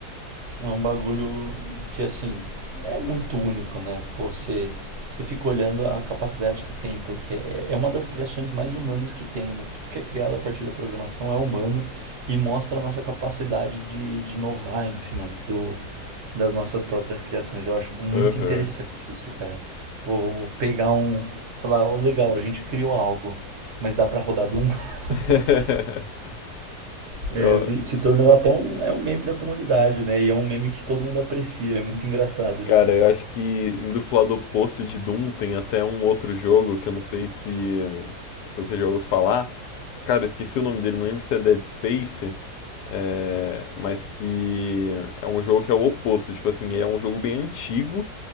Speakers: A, on the right; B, on the left.
A: É um bagulho que, assim, é muito único, né? Pô, você, você fica olhando a capacidade que tem, porque é, é uma das criações mais humanas que tem, né? Tudo que é criado a partir da programação é humano e mostra a nossa capacidade de, de inovar em cima do, das nossas próprias criações. Eu acho muito
B: Aham.
A: interessante isso, cara. Pô, vamos pegar um. Falar, ó, legal, a gente criou algo, mas dá pra rodar do um. <laughs>
B: <laughs>
A: É,
B: Eu,
A: vi- se tornou até um, é um meme da comunidade, né? E é um meme que todo mundo aprecia, é muito engraçado
B: Cara,
A: de ver.
B: eu acho que indo pro lado oposto de Doom tem até um outro jogo que eu não sei se, se você já ouviu falar. Cara, eu esqueci o nome dele, não lembro se é Dead Space, é, mas que é um jogo que é o oposto. Tipo assim, é um jogo bem antigo,